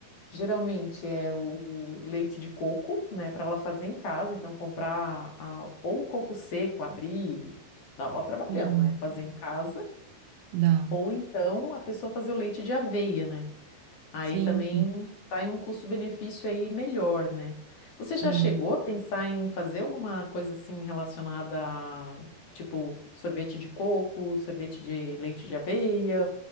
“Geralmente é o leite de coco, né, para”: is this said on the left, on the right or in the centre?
Left